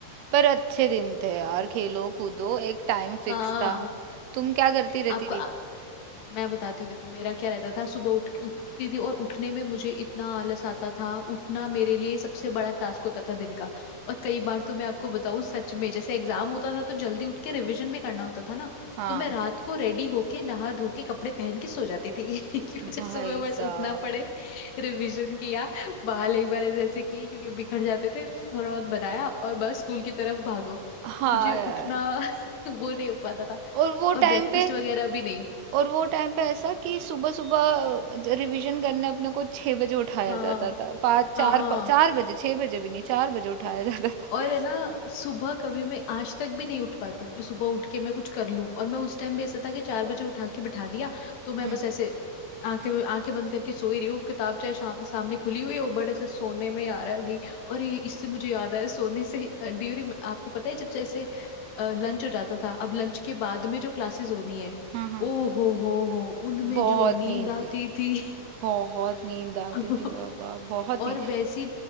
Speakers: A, on the right; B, on the left.
A: पर अच्छे दिन थे यार खेलो कूदो एक टाइम
B: हाँ
A: फिक्स था तुम क्या करती
B: आपको
A: रहती थी
B: मैं बताती हूँ देखो मेरा क्या रहता था सुबह उठ उठती थी और उठने में मुझे इतना आलस आता था उठना मेरे लिए सबसे बड़ा टास्क होता था दिन का और कई बार तो मैं आपको बताऊं सच में जैसे एग्जाम होता था तो जल्दी उठ के रिवीजन भी करना होता था ना
A: हाँ
B: तो मैं रात को रेडी होके नहा धो के कपड़े पहन के सो जाती थी <laughs> कि मुझे
A: भाई
B: सुबह बस
A: साहब
B: उठना पड़े रिवीजन किया बाल एक बार ऐसे ऐसे किए क्योंकि बिखर जाते थे तो थोड़ा बहुत बनाया और बस स्कूल की तरफ भागो
A: हाँ
B: मुझे उठना
A: यार
B: <laughs> वो नहीं हो पाता था
A: और वो
B: और ब्रेकफास्ट
A: टाइम पे
B: वगैरह भी नहीं
A: और वो टाइम पे ऐसा कि सुबह सुबह रिवीजन करने अपने को छह बजे उठाया
B: हाँ
A: जाता था पाँच
B: हाँ
A: चार प- चार बजे छह बजे भी नहीं चार बजे उठाया जाता था
B: और है ना सुबह कभी मैं आज तक भी नहीं उठ पाती हूँ कि सुबह उठ के मैं कुछ कर लूं और मैं उस टाइम भी ऐसा था कि चार बजे उठा के बिठा दिया तो मैं
A: हम्म
B: बस ऐसे आंखें आंखें बंद करके सोई रही हूँ किताब चाहे शाम सामने खुली हुई हो बट ऐसे सोने में आ रहा है भाई और ये- इससे मुझे याद आया सोने से ड्यूरी आपको पता है जब जैसे लंच हो जाता था अब लंच के बाद में जो क्लासेस होनी है
A: हाँ हाँ
B: ओ हो हो हो उनमें
A: बहुत
B: जो नींद
A: नींद
B: आती थी
A: बहुत नींद आती
B: <laughs>
A: थी बाबा बहुत
B: और
A: नींद
B: वैसी